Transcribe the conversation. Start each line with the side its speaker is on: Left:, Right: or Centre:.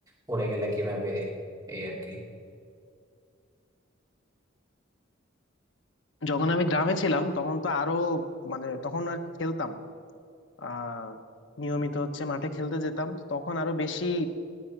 Right: পড়ে গেলে কিভাবে এই আর কি
Left: যখন আমি গ্রামে ছিলাম তখন তো আরো মানে তখন আর কি খেলতাম আহ নিয়মিত হচ্ছে মাঠে খেলতে যেতাম তো তখন আরো বেশি